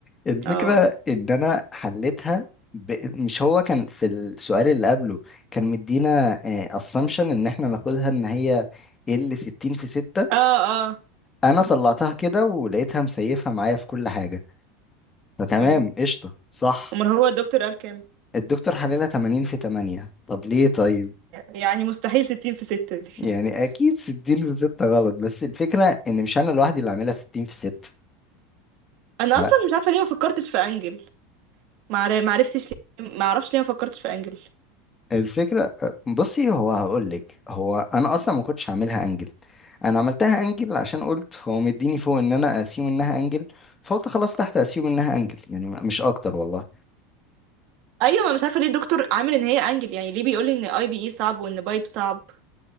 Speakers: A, on the left; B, on the right.
A: الفكره
B: اه
A: ان انا حليتها ب... مش هو كان في السؤال اللي قبله كان مدينا اسامبشن ان احنا ناخدها ان هي ال 60 في 6
B: اه اه
A: انا طلعتها كده ولقيتها مسيفه معايا في كل حاجه فتمام
B: طب
A: قشطه صح
B: امال هو الدكتور قال كام
A: الدكتور حللها 80 في 8 طب ليه طيب
B: يعني مستحيل ستين في ستة دي
A: يعني
B: <laughs>
A: اكيد 60 في 6 غلط بس الفكره ان مش انا لوحدي اللي عاملها 60 في 6
B: انا
A: لا
B: اصلا مش عارفه ليه ما فكرتش في انجل ما عر- ما عرفتش ليه ما اعرفش ليه ما فكرتش في انجل
A: الفكره بصي هو هقول لك هو انا اصلا ما كنتش هعملها انجل انا عملتها انجل عشان قلت هو مديني فوق ان انا اسيوم انها انجل فقلت خلاص تحت اسيوم انها انجل يعني مش اكتر والله
B: ايوه ما مش عارفه ليه الدكتور عامل ان هي انجل يعني ليه بيقول لي ان اي بي اي صعب وان بايب صعب